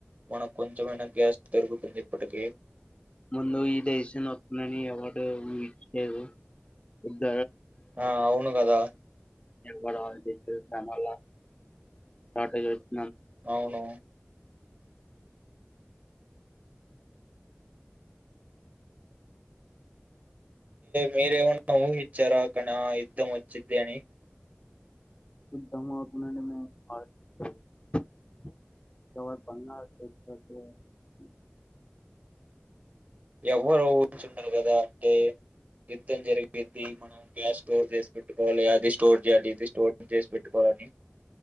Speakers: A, on the right; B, on the left.
A: మనకు కొంచెమైనా గ్యాస్ దొరుకుతుంది ఇప్పటిక
B: ముందు ఈ దేశంలో వస్తునని ఎవడు విారుద్ద
A: ఆ అవును కదా
B: కూడాా మ షార్టేజ్ వ
A: అవును మీరే ఉన్నా ఉ విచ్చర కణ యుద్ధ ముచ్చద్దేని
B: శద్ధకు ప
A: ఎవరు ఉంచుండరు కదా అంటే యుద్ధం జరిగేది మనం గ్యాస్ స్టోర్ చేసి పెట్టుకోవాలి అది స్టోర్ చేయాలి ఇది స్టోర్ చేసి పెట్టుకోవాలని